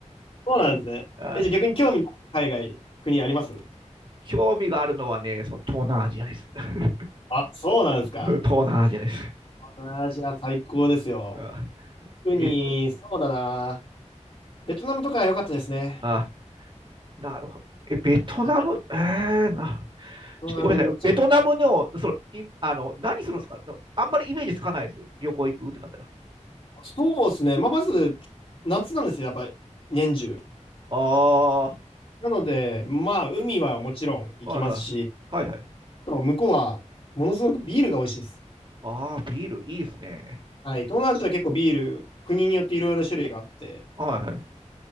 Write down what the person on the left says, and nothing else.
そうなんですね。
え、じゃあ逆に興味のある海外、国あります
あ、そうなんですか。
東南アジア最高ですよ。
特に、
そうだな。ベトナムとか良かったですね。
はい。
東南めちゃく
そうですね。まあ、まず、夏なんですよ、やっぱり、年中。
なので、まあ、海はもちろん行きますし、
あと向こうは、ものすごくビールが美味しいです。
はい。東南アジア結構ビール、国によっていろいろ種類があって、